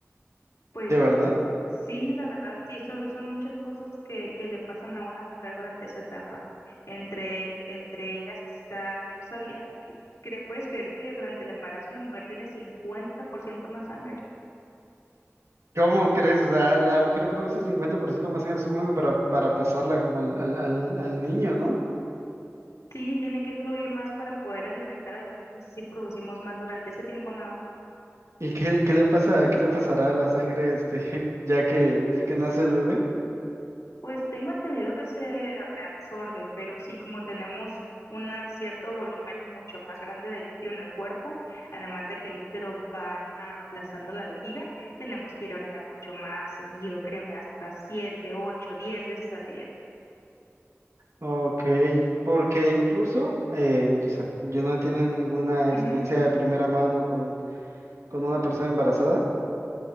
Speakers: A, on the left; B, on the right.
A: pues
B: ¿de verdad?
A: sí, la verdad, sí, son, son muchas cosas que, que le pasan a una mujer durante esa etapa. Entre, entre ellas está, no sabía, que- cre- ¿puedes creer que durante el embarazo una mujer tiene 50% más sangre?
B: ¿Cómo crees? O sea, la mujer produce 50% más sangre, supongo, para, para pasarla como al, al, al, al niño, ¿no?
A: Sí, tiene que fluir más para poder alimentar al bebé, entonces sí producimos más durante ese tiempo nada más.
B: ¿Y qué, qué le pasa, qué le pasará a la sangre, este, <laughs> ya que, ya que nace el bebé?
A: Pues tengo entendido que se reabsorbe, pero sí, como tenemos un cierto volumen mucho más grande de líquido en el cuerpo, además de que el útero va ah, aplastando la vejiga, tenemos que ir a orinar mucho más seguido, créeme, hasta siete, ocho, diez veces al día.
B: Ok, porque incluso eh, yo, sé, yo no he tenido ninguna
A: Ujú,
B: experiencia de primera mano con, con una persona embarazada,